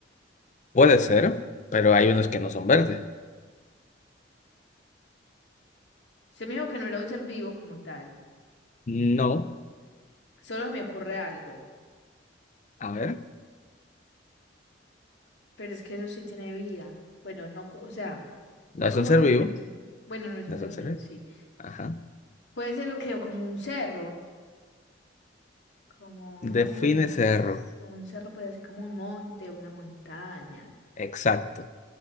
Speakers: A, on the left (about 40°); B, on the left (about 70°).
A: Puede ser, pero hay unos que no son verdes.
B: Se me dijo que no era un ser vivo como tal.
A: No,
B: Solo me ocurre algo.
A: a ver,
B: Pero es que eso sí tiene vida. Bueno, no, co- o sea,
A: no
B: no
A: es
B: como
A: un ser
B: tal,
A: vivo,
B: pero sí. Bueno, no es
A: no
B: un
A: es
B: ser
A: un ser
B: vivo,
A: vivo.
B: sí.
A: Ajá.
B: Puede ser lo que o como un cerro, como una,
A: Define
B: mon- unos-
A: cerro.
B: un cerro puede ser como un monte, una montaña.
A: Exacto,